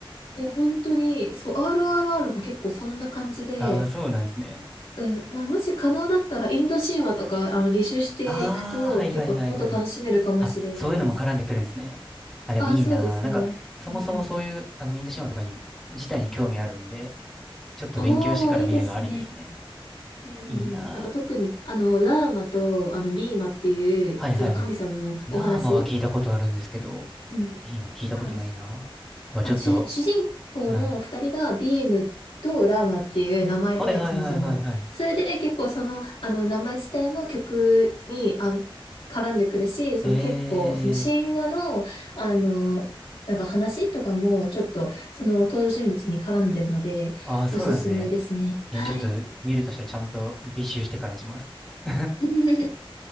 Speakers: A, on the left; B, in the centre.
A: いや、本当に、そう、RRR も結構そんな感じで、
B: <laughs> ああ、そうなんですね。
A: うん、まあ、もし可能だったら、インド神話とか、あの、履修していくと、
B: ああ、はいはいはいはい。
A: 結構、もっと楽しめるかもしれないです。
B: あ、そういうのも絡んでくるんですね。あ、でもいいなぁ。
A: あ、そうですね。
B: なんか、そもそもそういう、
A: うんうん。
B: あの、インド神話とかに、自体に興味あるんで、ちょっと勉強してから見るのありですね。
A: ああ、いいですね。うんうんうん、
B: いや、いいなぁ。
A: なんか特に、あの、ラーマと、あの、ビーマっていう、
B: はいはいはい。
A: ちょっと神様のお話。
B: ラーマは聞いたことあるんですけど、
A: うん。
B: ビーマ聞いたことないなぁ。
A: あ、なんか
B: うわ、
A: あの、
B: ちょっと、
A: 主、主人公の二人がビームとラーマっていう名前で、
B: はい。はいはいはいはいはい。
A: そもそも。それで結構その、あの、名前自体も曲に、あの、絡んでくるし、その結構、
B: え
A: その神話の、あの、なんか話とかも、ちょっと、その登場人物に絡んでるので、
B: ー、ああ、そうなんですね。
A: おすすめですね。
B: えーちょっと見るとしたらちゃんと履修してからにします。
A: はい。
B: <laughs>
A: <laughs>